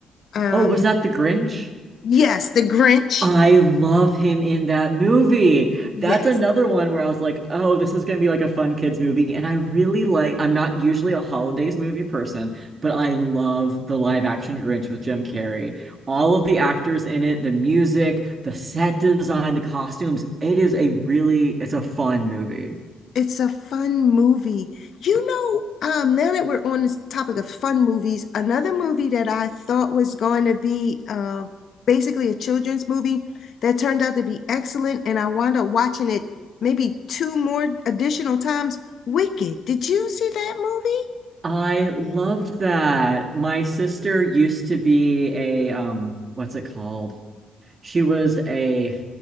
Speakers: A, on the left; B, on the right.
A: Um,
B: Oh, was that The Grinch?
A: yes, The Grinch.
B: I love him in that movie.
A: Yes.
B: That's another one where I was like, oh, this is going to be like a fun kids movie. And I really like, I'm not usually a holidays movie person, but I love the live action Grinch with Jim Carrey. All of the actors in it, the music, the set design, the costumes. It is a really, it's a fun movie.
A: It's a fun movie. You know, um, now that we're on this topic of fun movies, another movie that I thought was going to be uh, basically a children's movie that turned out to be excellent, and I wound up watching it maybe two more additional times. Wicked. Did you see that movie?
B: I loved that. My sister used to be a, um, what's it called? She was a